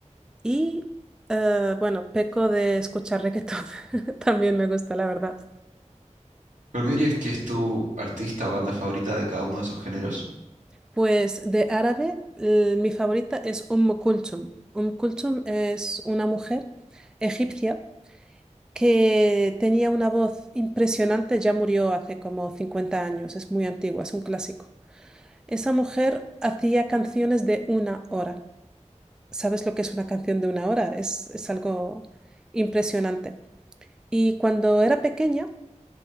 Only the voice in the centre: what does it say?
Y, eh, bueno, peco de escuchar reggaetón, <laughs> también me gusta, la verdad.
Pues de árabe, eh, mi favorita es Umm Kulthum. Umm Kulthum es una mujer egipcia que tenía una voz impresionante, ya murió hace como 50 años, es muy antigua, es un clásico. Esa mujer hacía canciones de una hora. ¿Sabes lo que es una canción de una hora? Es, es algo impresionante. Y cuando era pequeña,